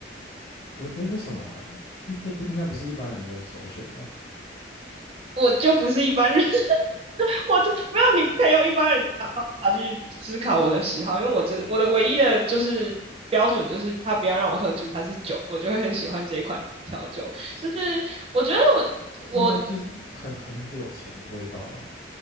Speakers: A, on the left; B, on the right.
A: 我哎为什么啊？其这不应该不是一般人的首选吧？
B: 我就不是一般人。<laughs> 我就没有，你不可以用一般人的法去思考我的喜好，因为我真的我的唯一的就是标准就是他不要让我喝出它是酒，我就会很喜欢这一款调酒。就是我觉得
A: 它应该就是很很柳橙的味道啊。
B: 我我